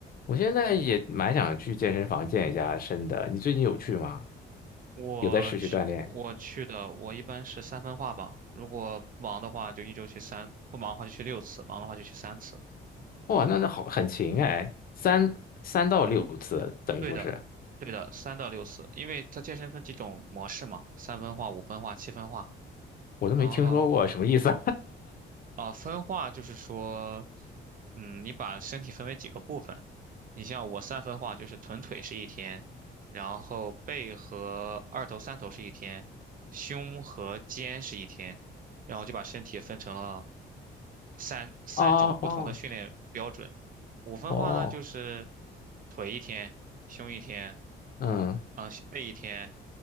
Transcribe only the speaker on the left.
我现在也蛮想去健身房健一下身的。你最近有去吗？
有在持续锻炼？
哇，那那好，很勤哎，三三到六次，等于说是，
我都没听说过，
什么意思？
<laughs> 哦哦
哦，
嗯